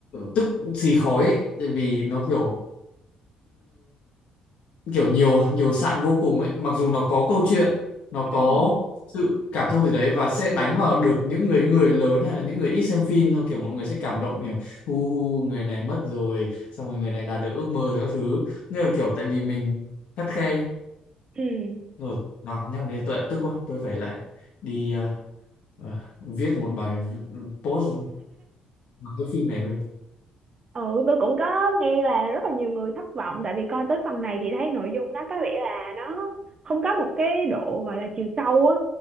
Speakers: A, on the left; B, on the right.
A: tức xì khói ấy, tại vì nó kiểu kiểu nhiều nhiều sạn vô cùng ấy mặc dù nó có câu chuyện nó có
B: ừ
A: sự cảm thông gì đấy và sẽ đánh vào được những người người lớn hay là những người ít xem phim xong kiểu mọi người sẽ cảm động kiểu hu hu người này mất rồi xong rồi người này đạt được ước mơ rồi các thứ nhưng mà kiểu tại vì mình khắt khe
B: ừ
A: rồi nó nhắc đến tuệ tức quá tôi phải lại đi ờ, ờ, viết một bài post bằng cái phim này luôn
B: Ừ, tôi cũng có nghe là rất là nhiều người thất vọng tại vì coi tới phần này thì thấy nội dung nó có vẻ là nó không có một cái độ gọi là chiều sâu á